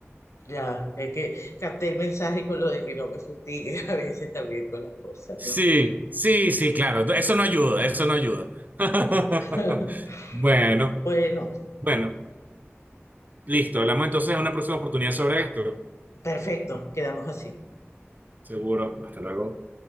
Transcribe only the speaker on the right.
Sí,
sí, sí, claro, eso no ayuda, eso no ayuda. <laughs>
Bueno,
bueno, listo, hablamos entonces en una próxima oportunidad sobre esto.
Seguro, hasta luego.